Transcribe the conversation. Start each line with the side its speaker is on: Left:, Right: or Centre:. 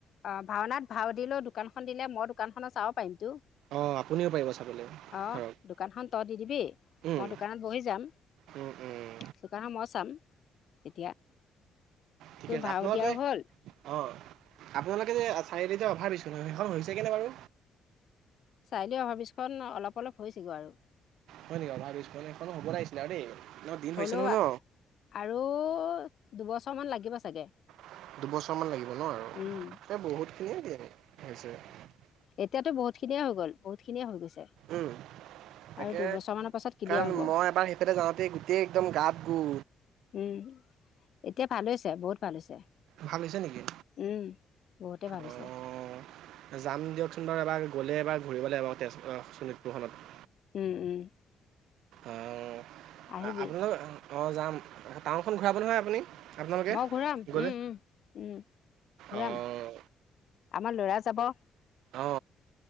Left: অ' ভাওনাত ভাও দিলেও দোকানখন দিলে মই দোকানখন চাব পাৰিমতো।
Right: অ' আপুনিও পাৰিব চাবলৈ
Left: অ
Right: ধৰক।
Left: দোকানখন তই দি দিবি
Right: উম,
Left: মই দোকানত বহি যাম।
Right: উম, উম,
Left: দোকানখন মই চাম তেতিয়া।
Right: ঠিক
Left: তোৰ
Right: আছে
Left: ভাও
Right: আপোনালোকে।
Left: দিয়াও হ'ল
Right: অ' আপোনালোকে যে চাৰিআলিতে অভাৰ ব্ৰীজ খন সেইখন হৈছেগেনে বাৰু?
Left: চাৰিআলিৰ অভাৰব্ৰীজ খন অলপ অলপ হৈছেগে আৰু।
Right: হয় নেকি? অভাৰব্ৰীজখন সেইখন হ'ব লাগিছিলে আৰু দেই। ন দিন হৈছে
Left: হ'লেও
Right: নহয় ন
Left: আৰু দুবছৰমান লাগিব চাগে।
Right: দুবছৰমান লাগিব ন'
Left: উম
Right: আৰু এ বহুতখিনিয়ে দিন হৈছে।
Left: এতিয়াটো বহুত খিনিয়ে হৈ গ'ল বহুতখিনিয়ে হৈ গৈছে।
Right: উম
Left: আৰু
Right: তাকে
Left: দুবছৰমানৰ পাছত ক্লিয়াৰ
Right: কাৰণ
Left: হ'ব
Right: মই এবাৰ সেইফালে। সেইফালে যাওঁতে গোটেই একদম গাত গোঁ।
Left: উম। এতিয়া ভাল হৈছে বহুত ভাল হৈছে
Right: ভাল হৈছে নেকি?
Left: উম বহুতে ভাল
Right: অ'।
Left: হৈছে।
Right: যাম দিয়কচোন বাৰু এবাৰ গ'লে এবাৰ ঘূৰিব লাগিব এবা তেজপুৰ আহ শোণিতপুৰখনত।
Left: উম -উম
Right: অ'
Left: আহিবি
Right: আপোনালোক অ' যাম টাউনখন ঘূৰাব নহয় আপুনি? আপোনালোকে?
Left: মই ঘূৰাম
Right: গ'লে?
Left: উম উম ঘূৰাম
Right: অঁ
Left: আমাৰ ল'ৰা যাব।
Right: অ,